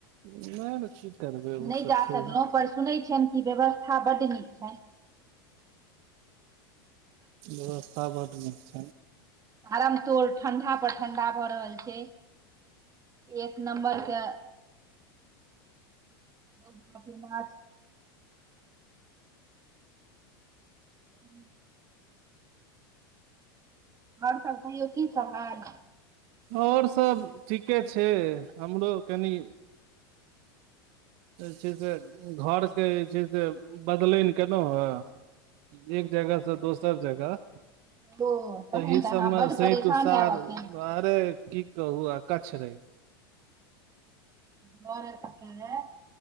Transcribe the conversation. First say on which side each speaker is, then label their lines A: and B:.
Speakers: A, on the right (about 55°); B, on the right (about 25°).
A: नहि तऽ की करबै ओ
B: नहि
A: सब
B: जा
A: छै
B: सकलहुँ पर सुनै छियेनि इ व्यवस्था बड्ड नीक छैन
A: व्यवस्था बड निक छइ
B: तारमतोर ठण्डा पर ठण्डा भऽ रहल छै एक नं्बर के <unintelligible> जी आओर सब कहिैयो की सब हाल
A: आओर सभ ठीके छै। हमरो कनि जे छै से घरके जे छै से बदलनि कयलहुँ हँ एक जगह स दोसर जगह
B: ओ तखन
A: तऽ ई सब
B: अहाँ बड्ड
A: से
B: परेशान
A: तुषार
B: हैब एखन
A: अरे की कहु आकाछ रहै
B: मर कह